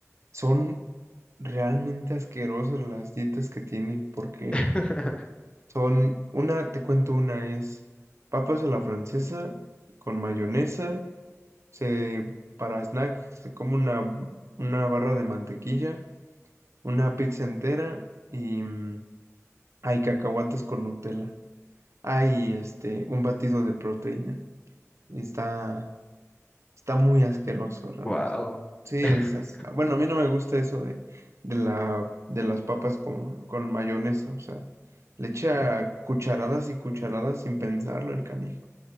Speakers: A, on the right (about 60°); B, on the left (about 20°).
A: son realmente asquerosas las dietas que tiene porque...
B: <laughs>
A: Son una, te cuento una, es papas a la francesa con mayonesa. Se, para snack se come una, una barra de mantequilla, una pizza entera y mm, hay cacahuates con Nutella. Hay este, un batido de proteína. Está, Está muy asqueroso realmente.
B: Wow.
A: Sí,
B: <laughs>
A: es, es- bueno, a mí no me gusta eso de, de la, de las papas con, con mayonesa, o sea, le echa cucharadas y cucharadas sin pensarlo el canijo.